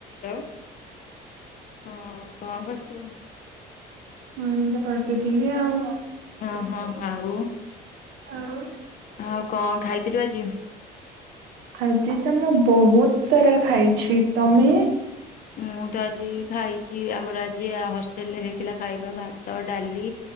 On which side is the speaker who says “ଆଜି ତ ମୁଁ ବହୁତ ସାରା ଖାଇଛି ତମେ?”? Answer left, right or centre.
Right